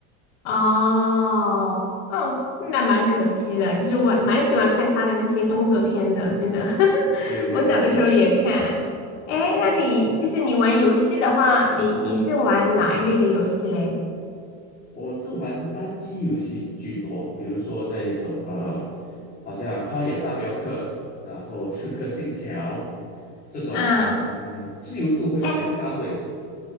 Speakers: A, on the left; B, on the left.
A: 哦，哦，那蛮可惜的。就是我蛮喜欢看他的那些动作片的，真的。<laughs>
B: 对对对对，
A: 我小的时候也看。哎，那你就是你玩游戏的话，你你是玩哪一类的游戏嘞？
B: 我就玩单机游戏居多，比如说那种呃，好像《荒野大镖客》，然后《刺客信条》这种，
A: 嗯，
B: 嗯，自由度会比较高的。
A: 哎，